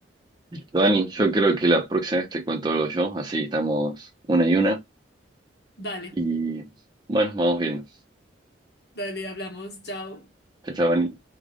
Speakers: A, on the right; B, on the left.
A: Dani, yo creo que la próxima vez te cuento algo yo, así estamos una y una.
B: Dale,
A: Y bueno, vamos viendo.
B: dale, hablamos, chao.
A: Chao, chao, Dani.